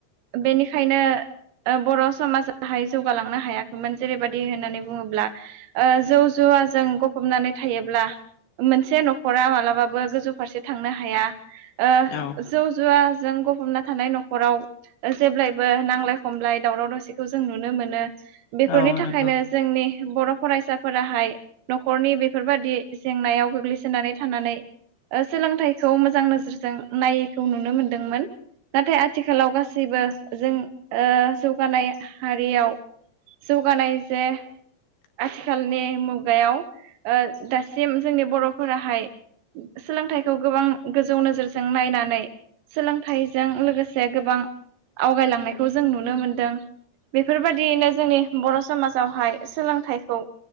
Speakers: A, on the right (about 75°); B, on the left (about 75°).
A: बेनिखायनो ओ बर' समाज जाहाय जौगालांनो हायाखैमोन जेरैबायदि होननानै बुङोब्ला ओ जौ जुवाजों ग हबनानै थायोब्ला मोनसे न'खरा मालाबाबो गोजौ फारसे थांनो हाया ओ
B: औ
A: जौ जुवाजों गफबना थानाय न'खराव जेब्लायबो नांलाय खमलाय दावराव दावसिखौ जों नुनो मोनो बेफोरनि
B: औ
A: थाखायनो
B: नंगौ
A: जोंनि बर' फरायसाफोराहाय न'खरनि बेफोरबादि जेंनायाव गोग्लैसोनानै थानानै ओ सोलोंथाइखौ मोजां नोजोरजों नायैखौ नुनो मोनदोंमोन नाथाय आथिखालाव गासैबो जों ओ जौगानाय हारियाव जौगानाय जे आथिखालनि मुगायाव ओ दासिम जोंनि बर'फोराहाय सोलोंथाइखौ गोबां गोजौ नोजोरजों नायनानै सोलोंथाइजों लोगोसे गोबां आवगायलांनायखौ जों नुनो मोनदों। बेफोरबायदियैनो जोंनि बर' समाजावहाय सोलोंथाइखौ